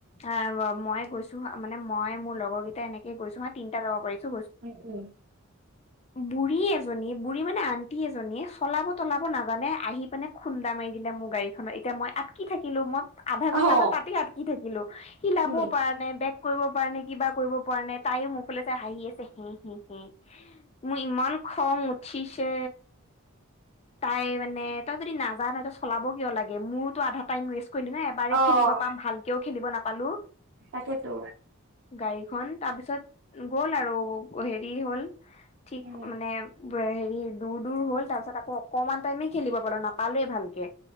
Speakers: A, on the left; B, on the right.
A: আহ মই গৈছো হ, মানে মই মোৰ লগৰকেইটা এনেকে গৈছো হা, তিনিটা যাব পা কৈছো
B: উম, উম,
A: বুঢ়ী এজনী বুঢ়ী মানে আন এজনীয়ে চলাব-তলাব নাজানে, আহি পেনে খুন্দা মাৰি দিলে মোৰ গাড়ীখন, এতিয়া মই আটকি থাকিলো মই আধা
B: অ',
A: ঘন্টামান পাতি আটকি থাকিলো হিলাবও
B: উম,
A: পৰা নাই বেগ কৰিব পৰা নাই, কিবা কৰিব পৰা নাই, তাইও মোৰ ফালে চাই হাঁহি আছে, হে হে হে। মোৰ ইমান খং উঠিছে তাই মানে তই য নাজানহ ত চলাব কিয় লাগে মোৰোতো আধা টাইম ৰে কলি ন এবাৰেই
B: অ',
A: খেলিব পাম ভালকেও খেলিব নাপালো।
B: তাকেতো
A: গাড়ীখন তাৰপিছত গ'ল আৰু হেৰি হ'ল ঠিক
B: উম,
A: মানে হেৰি দূৰ দূৰ হ'ল তাৰ পিছত আকৌ অকণমান টাইমে খেলিব পালো নাপালোৱে ভালকে